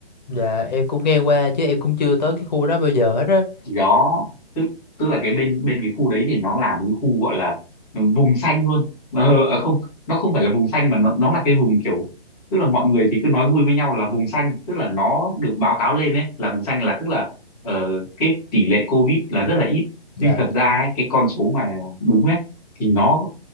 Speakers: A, on the left; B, in the centre.
A: Dạ em cũng nghe qua chứ em cũng chưa tới cái khu đó bao giờ hết á.
B: thì đó tức tức là cái bên bên cái khu đấy thì nó là một cái khu gọi là vùng xanh luôn ờ,
A: Ừ.
B: à không nó không phải là vùng xanh mà nó nó là cái vùng kiểu tức là mọi người thì cứ nói vui với nhau là vùng xanh tức là nó được báo cáo lên ấy là vùng xanh là tức là ờ, cái tỷ lệ covid là rất là ít
A: Dạ.
B: nhưng thật ra ấy, cái con số mà đúng ấy thì nó